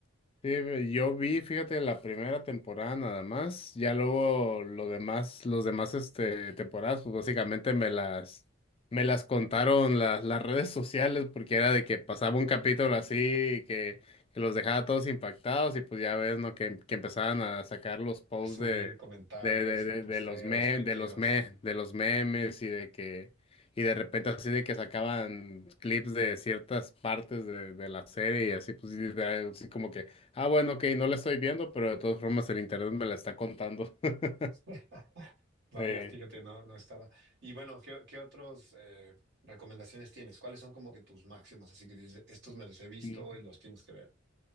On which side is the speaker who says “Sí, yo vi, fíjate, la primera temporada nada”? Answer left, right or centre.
Left